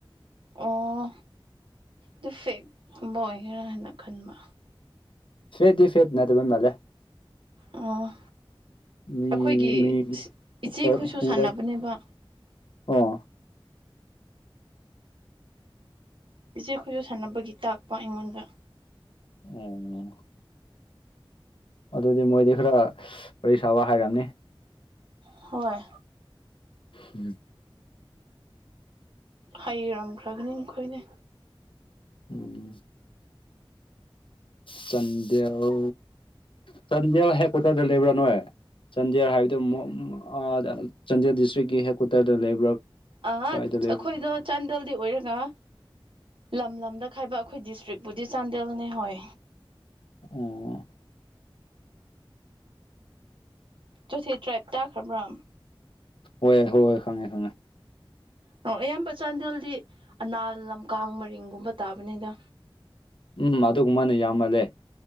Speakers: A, on the right; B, on the left.
A: ꯑꯣ ꯗꯤꯐꯦꯛ ꯒꯨꯝꯕ ꯑꯣꯏꯒꯦꯔꯥ ꯍꯥꯏꯅ ꯈꯟꯕ
B: ꯐꯦꯠꯗꯤ ꯐꯦꯠ ꯅꯠꯇꯕ ꯃꯥꯜꯂ‌ꯦ
A: ꯑꯣ
B: ꯃꯤ
A: ꯑꯩꯈꯣꯏꯒꯤ
B: ꯃꯤ
A: ꯏꯆꯦꯈꯣꯏꯁꯨ
B: ꯍꯣꯏ ꯍꯣꯏ
A: ꯁꯥꯟꯅꯕꯅꯦꯕ
B: ꯑꯣ
A: ꯏꯆꯦ ꯈꯨꯣꯏꯁꯨ ꯁꯥꯟꯅꯕꯒꯤ ꯇꯥꯛꯄ ꯑꯩꯉꯣꯟꯗ
B: ꯑꯣ ꯑꯗꯨꯗꯤ ꯃꯣꯏꯗꯤ ꯈꯔ ꯋꯥꯔꯤ ꯁꯥꯕ ꯍꯥꯏꯔꯝꯅꯤ
A: ꯍꯣꯏ
B: ꯎꯝ <inaudible>
A: ꯍꯩꯔꯝꯈ꯭ꯔꯒꯅꯤ ꯃꯈꯣꯏꯅꯦ
B: ꯎꯝ ꯆꯟꯗ‌ꯦꯜ ꯆꯟꯗꯦꯜ ꯍꯦꯛ ꯀꯣꯠꯇꯗ ꯂꯩꯕ꯭ꯔꯥ ꯅꯣꯏ ꯆꯥꯟꯗꯦꯜ ꯍꯥꯏꯕꯗꯤ ꯃ‌ꯣ <unintelligible> ꯑ ꯆꯥꯟꯗꯦꯜ ꯗꯤꯁꯇ꯭ꯔꯤꯛꯀꯤ ꯍꯦꯗꯀ꯭ꯋꯥꯇꯔꯗ ꯂꯩꯕ꯭ꯔꯥ
A: ꯑꯍ
B: ꯀꯥꯏꯗ ꯂꯩꯕ꯭ꯔꯥ
A: ꯑꯩꯈꯣꯏꯗꯣ ꯆꯥꯟꯗꯦꯜꯗꯤ ꯑꯣꯏꯔꯒ ꯂꯝ ꯂꯝꯗ ꯈꯥꯏꯕ ꯑꯩꯈꯣꯏ ꯗꯤꯁꯇ꯭ꯔꯤꯛꯄꯨꯗꯤ ꯆꯥꯟꯗꯦꯜꯅꯦ ꯍꯣꯏ
B: ꯑꯣ
A: ꯆ‌ꯣꯊ‌ꯦ ꯇ꯭ꯔꯥꯏꯞ ꯇꯥꯈ꯭ꯔꯕ꯭ꯔꯥ
B: ꯍꯣꯏ ꯍꯣꯏ ꯍꯣꯏ ꯈꯪꯉꯦ ꯈꯪꯉꯦ
A: ꯑꯣ ꯑꯌꯥꯝꯕ ꯆꯥꯟꯗꯦꯜꯗꯤ ꯑꯅꯥꯜ ꯂꯝꯀꯥꯡ ꯃꯔꯤꯡꯒꯨꯝꯕ ꯇꯥꯕꯅꯤꯗ
B: ꯎꯝ ꯑꯗꯨꯒꯨꯝꯕꯅ ꯌꯥꯝꯃꯜꯂꯦ